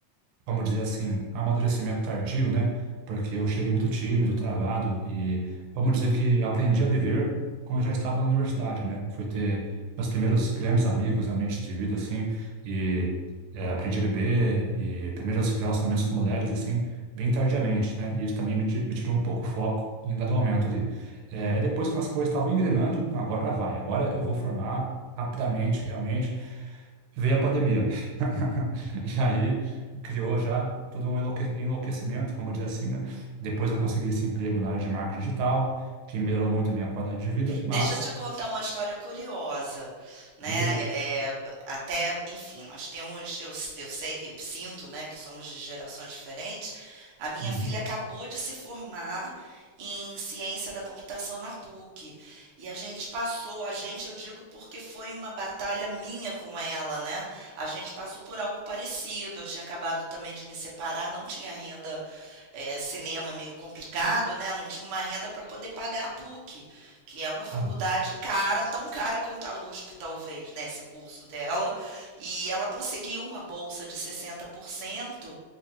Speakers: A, on the right (about 80°); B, on the right (about 60°).
A: vamos dizer assim, amadurecimento tardio, né? Porque eu cheguei muito tímido, travado e vamos dizer que eu aprendi a viver quando eu já estava na universidade, né? Fui ter meus primeiros grandes amigos realmente de vida, assim, e eh, aprendi a beber e primeiros relacionamentos com mulheres, assim, bem tardiamente, né? E isso também me, ti- me tirou um pouco o foco em dado momento ali. Eh, depois que as coisas estavam engrenando, "Ah, agora vai, agora eu vou formar rapidamente, realmente, veio a pandemia. <laughs> E aí criou já todo um enlouque- enlouquecimento, vamos dizer assim, né? Depois eu consegui esse emprego na área de marketing digital, que melhorou muito a minha qualidade de vida, mas,
B: Deixa eu te contar uma história curiosa, né?
A: diga aí.
B: É, é, até, enfim, nós temos, eu, eu sei que sinto, né, que somos de gerações diferentes. A minha
A: Uhum,
B: filha acabou de se formar em ciência da computação na PUC. E a gente passou, a gente, eu digo porque foi uma batalha minha com ela, né? A gente passou por algo parecido. Eu tinha acabado também de me separar, não tinha renda, eh, cinema meio complicado, né? Não tinha uma renda para poder pagar a PUC que é uma faculdade
A: uhum.
B: cara, tão cara quanto a USP, talvez, né, esse curso dela, e ela conseguiu uma bolsa de 60%,